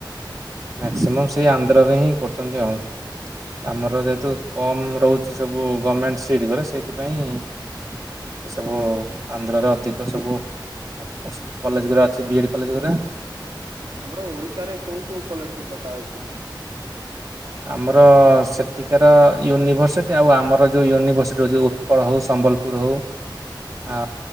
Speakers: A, on the right; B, on the right.
A: ମକ୍ସିମମ୍
B: ତ
A: ସେଇ ଆନ୍ଧ୍ରରେ ହିଁ କରୁଛନ୍ତି ଆଉ। ଆମର ଯେହେତୁ କମ ରହୁଛି ସବୁ ଗଭଣମେଣ୍ଟ ସିଟଙ୍କର ସେଇଥିପାଇଁ ସେ ସବୁ ଆନ୍ଧ୍ରରେ ଅଧିକ ସବୁ କଲେଜ ଗୁଡା ଅଛି ବି ଏ ଡି କଲେଜ ଗୁଡା।
B: ଆମର ଓଡିଶାରେ କୋଉ କୋଉ କଲେଜ ସହିତ ଟା ଅ ଛି?
A: ଆମର ସେଠିକାର ୟୁନିଭରସିଟି ଆଉ ଆମର ଯୋଉ ୟୁନିଭରସିଟିଉଛି ଉତ୍କଳ ହଉ ସମ୍ବଲପୁର ହଉ। ଆ